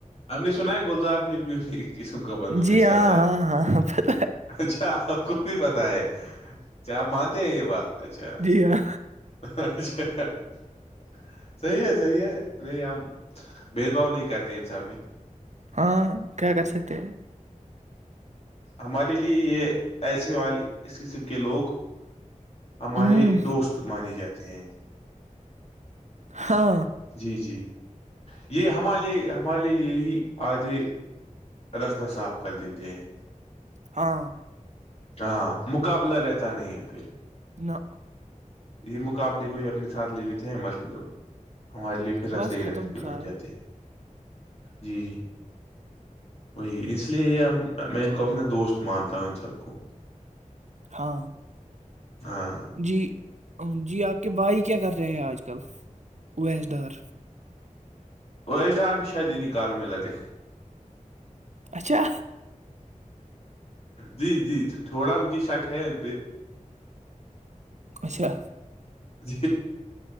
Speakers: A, on the left; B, on the right.
A: ہم نے سنا ہے گلزار پیر بھی ہو قسم کا بندو میں
B: جی
A: سے
B: ہاں
A: آتا ہے
B: ہاں ہاں پت-
A: ا آپ بھی پت ہے کیا آپ مانتے ہیں یہ بات اچھا اچھا
B: جی ہاں
A: <unintelligible> صی ہے صحی ہے نہیں ہم بد بھا نہیں کرتے انسان میں
B: ہاں کیا کر سکتے ہیں
A: ہمارے لیے یہ ایسے والے اس قسم کے لوگ ہمارے
B: ہمم،
A: دوست مانے جاتے ہ
B: ہاں
A: جی جی یہ ہمارے لیے ہی آھے رستہ صاف کر دیتے ہیں
B: ہاں
A: ہاں مقابلہ رہتا نہیں ہے پھر
B: نہ
A: یہ مقابلے کوئی اپنے ساتھ لے لیتے ہیں مطلب ہمارے لیے پھر رستے
B: بس
A: ہی
B: ختم
A: رہتے
B: سارا
A: بن جاتے جی وہی اس لیے یہ میں ان کو اپنا دوست مانتا ہوں سب کو
B: ہاں
A: ہاں
B: جی جی آپ کے بھائی کیا کر رہے ہیں آج کل اویس ڈار
A: اویس ڈار بھی شاید انہیں کاروں میں لگے
B: اچھا
A: جی جی تھوڑا مجھے شک ہے ان پہ
B: اچھا
A: ج